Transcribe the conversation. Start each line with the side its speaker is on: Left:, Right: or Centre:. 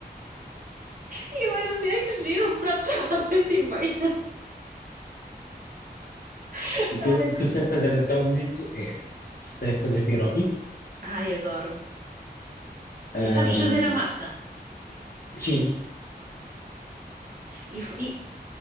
Right: E eu era assim, ai que giro, o prato <laughs> chamava dois e meio. <laughs>
Left: O
Right: Ai,
Left: que, eu- o que eu sei fazer até o momento é sei fazer pierogi.
Right: Ai, adoro.
Left: Ahm,
Right: E sabes fazer a massa.
Left: sim.
Right: E, f- e,